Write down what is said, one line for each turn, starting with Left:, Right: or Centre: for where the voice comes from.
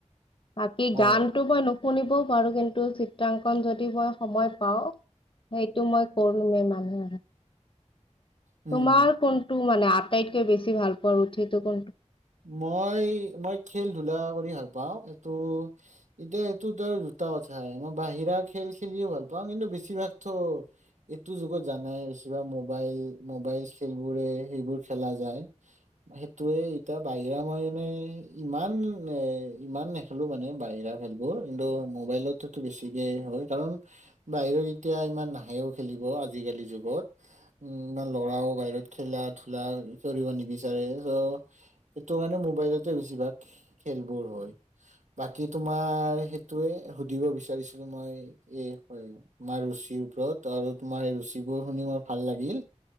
Left: বাকী
Right: অ
Left: গানটো মই নুশুনিবও পাৰো কিন্তু চিত্ৰাংকন যদি মই সময়ত পাওঁ সেইটো মই কৰিমেই মানুহে
Right: উম
Left: তোমাৰ কোনতো মানে আটাইতকৈ বছি ভাল পোৱা ৰোঠিটো কোনটো
Right: মই মই খেল ধূলা কৰি ভাল পাওঁ এইটো এতিয়া এইটোতো আৰু দুটা কথাই মই বাহিৰা খেল খেলিও ভাল পাওঁ কিন্তু বেছিভাগতো এইটো যুগত জানাই বেছিভাগ মোবাইল মোবাইল খেলবোৰে সেইবোৰ খেলা যায় সেইটোৱে এতিয়া বাহিৰা মই মনে ইমান ইমান নেখেলো মানে বাহিৰা খেলবোৰ কিন্তু মোবাইলততো বেছিকে হয় কাৰণ বাহিৰত এতিয়া ইমান নাহেও খেলিব আজিকালি যুগত ইমান ল'ৰাও বাহিৰত খেলা ধূলা কৰিব নিবিচাৰে চ' সেইটো কাৰণে মোবাইলতে বেছিভাগ খেলবোৰ হয় বাকি তোমাৰ সেইটোয়ে সুধিব বিচাৰিছিলো মই এ হয় তোমাৰ ৰুচিৰ ওপৰত আৰু তোমাৰ ৰুচিবোৰ শুনি মোৰ ভাল লাগিল